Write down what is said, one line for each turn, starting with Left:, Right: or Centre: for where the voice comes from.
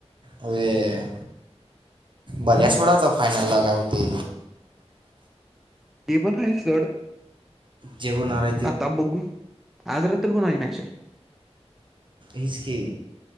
Right: अर बघा सोडाता फायनल लागा होते
Centre: इ पण आहे चड
Right: जेवो आारा
Centre: आताब बुगू आजरात को ना मॅच आहे
Right: इच क